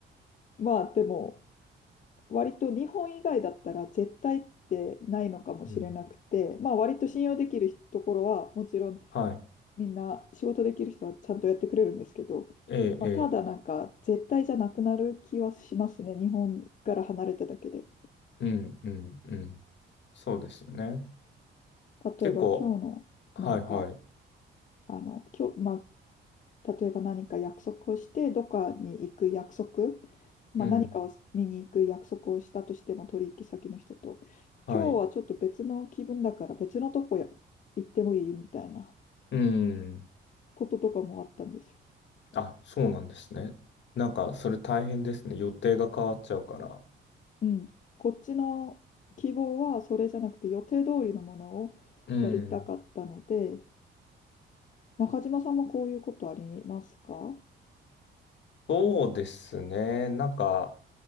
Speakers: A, on the left; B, on the left.
A: まあでも割と日本以外だったら絶対ってないのかもしれなくて、
B: うん。
A: まあ割と信用できるところはもちろん
B: はい。
A: みんな仕事できる人はちゃんとやってくれるんですけど、
B: ええ、
A: まあ、
B: ええ。
A: ただなんか絶対じゃなくなる気はしますね。日本から離れただけで。
B: うん、うん、うん。そうですよね。
A: 例えば今日のなんか、
B: 結構、はい、はい。
A: あの、今日、まあ、例えば何か約束をして、どっかに行く約束、まあ、
B: うん。
A: 何かを見に行く約束をしたとしても取引先の人と、
B: はい。
A: 今日はちょっと別の気分だから別のとこや行ってもいいみたいな
B: うん。
A: こととかもあったんですよ。
B: あ、そうなんですね。なんか、それ大変ですね。予定が変わっちゃうから。
A: うん、こっちの希望はそれじゃなくて予定通りのものをやりたかったので、
B: うん。
A: 中島さんもこういうことありますか
B: そうですね。なんか、